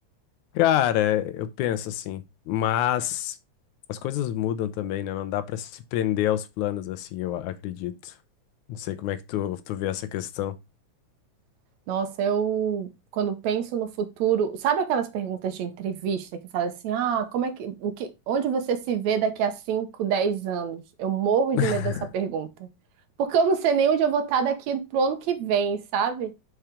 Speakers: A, on the left; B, on the right.
A: Cara, eu penso assim, mas as coisas mudam também, né? Não dá pra se prender aos planos assim, eu acredito. Não sei como é que tu, tu vê essa questão.
B: <laughs> Nossa, eu quando penso no futuro, sabe aquelas perguntas de entrevista que fala assim: "Ah, como é que, o que, onde você se vê daqui a 5, 10 anos?" Eu morro
A: <laughs>
B: de medo dessa pergunta. Porque eu não sei nem onde eu vou estar daqui pro ano que vem, sabe?